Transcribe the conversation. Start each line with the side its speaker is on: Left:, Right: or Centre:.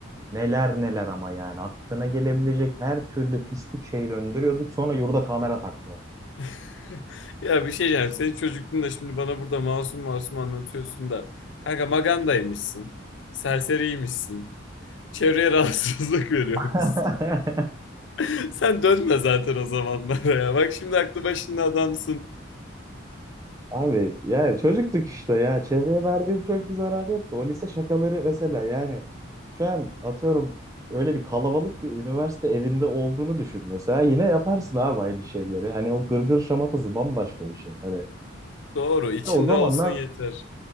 Right: Neler neler ama yani aklına gelebilecek her türlü pislik şeyi döndürüyorduk. Sonra yurda kamera taktılar.
Left: <laughs> Ya bir şey diyeceğim. Senin çocukluğunda şimdi bana burada masum masum anlatıyorsun da. Kanka magandaymışsın. Serseriymişsin. Çevreye rahatsızlık <laughs> veriyormuşsun.
Right: <laughs>
Left: <laughs> Sen dönme zaten o zamanlara ya. Bak şimdi aklı başında adamsın.
Right: Abi yani çocuktuk işte ya. Çevreye verdiğim çok bir zarar yoktu. O lise şakaları mesela yani şu an atıyorum öyle bir kalabalık bir üniversite evinde olduğunu düşün mesela. Yine yaparsın abi aynı şeyleri. Hani o gırgır şamatası bambaşka bir şey. Hani
Left: Doğru, içinde
Right: ya o zamanlar
Left: olsun yeter.